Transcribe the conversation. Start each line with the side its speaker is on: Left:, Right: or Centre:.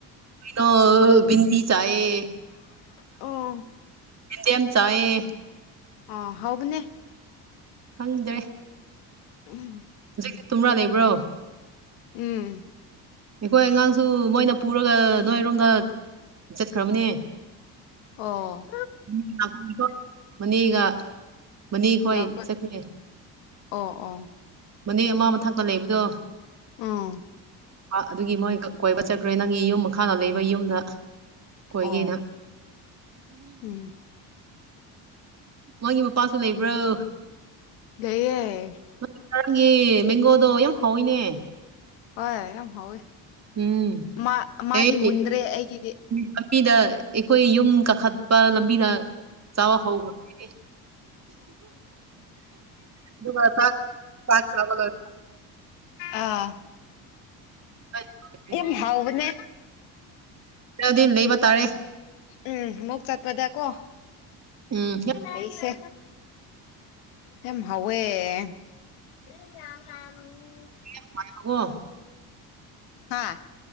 Right: ꯀꯩꯅꯣ ꯕꯤꯟꯗꯤ ꯆꯥꯏꯌꯦ꯫
Left: ꯑꯣ
Right: ꯌꯦꯟꯗꯦꯝ ꯆꯥꯌꯦ
Left: ꯑ ꯍꯥꯎꯕꯅꯦ
Right: ꯈꯪꯗ꯭ꯔꯦ
Left: <unintelligible>
Right: ꯍꯨꯖꯤꯛꯇꯤ ꯇꯨꯝꯔꯥ ꯂꯩꯕ꯭ꯔꯣ?
Left: ꯎꯝ
Right: ꯑꯩꯈꯣꯏ ꯑꯉꯥꯡꯁꯨ ꯃꯣꯏꯅ ꯄꯨꯔꯒ ꯅꯣꯏꯔꯣꯝꯗ ꯆꯠꯈ꯭ꯔꯕꯅꯦ꯫
Left: ꯑꯣ
Right: <unintelligible> ꯃꯅꯦꯒ ꯃꯅꯦ ꯈꯣꯏ
Left: ꯂꯥꯛꯄ
Right: ꯆꯠꯈ꯭ꯔꯦ
Left: ꯑꯣ ꯑꯣ
Right: ꯃꯅꯦ ꯑꯃ ꯃꯊꯛꯇ ꯂꯩꯕꯗꯣ
Left: ꯎꯝ
Right: ꯑꯥ ꯑꯗꯨꯒꯤ ꯃꯣꯏ ꯀꯣꯏꯕ ꯆꯠꯈ꯭ꯔꯦ ꯅꯪꯒꯤ ꯌꯨꯝ ꯃꯈꯥꯗ ꯂꯩꯕ ꯌꯨꯝꯗ ꯀꯣꯏꯒꯦꯅ
Left: ꯑꯣ ꯎꯝ
Right: ꯃꯥꯒꯤ ꯃꯄꯥꯁꯨ ꯂꯩꯕ꯭ꯔꯣ?
Left: ꯂꯩꯌꯦ
Right: ꯅꯪ ꯅꯪꯒꯤ ꯃꯦꯡꯒꯣꯗꯣ ꯌꯥꯝ ꯍꯥꯎꯋꯤꯅꯦ꯫
Left: ꯍꯣꯏ ꯌꯥꯝ ꯍꯥꯎꯋꯦ
Right: ꯎꯝ
Left: ꯃꯥ ꯃꯥꯗꯤ
Right: ꯑꯦ
Left: ꯃꯨꯟꯗ꯭ꯔꯦ ꯑꯩꯒꯤꯗꯤ
Right: ꯂꯝꯕꯤꯗ ꯑꯩꯈꯣꯏ ꯌꯨꯝ ꯀꯥꯈꯠꯄ ꯂꯝꯕꯤꯗ ꯆꯥꯕ ꯍꯧꯈ꯭ꯔꯝꯅꯤꯅꯦ ꯑꯗꯨꯒ ꯆꯥꯛ ꯆꯥꯛꯆꯥꯕ ꯂꯣꯏ
Left: ꯑꯥ
Right: ꯂꯣꯏꯔꯗꯤ
Left: ꯌꯥꯝ ꯍꯥꯎꯕꯅꯦ
Right: ꯗꯤ ꯂꯩꯕ ꯇꯥꯔꯦ
Left: ꯎꯝ ꯃꯨꯛ ꯆꯠꯄꯗ ꯀꯣ
Right: ꯎꯝ
Left: ꯂꯩꯁꯦ ꯌꯥꯝ ꯍꯥꯎꯋꯦ <unintelligible>
Right: <unintelligible> ꯀꯣ
Left: ꯍꯥ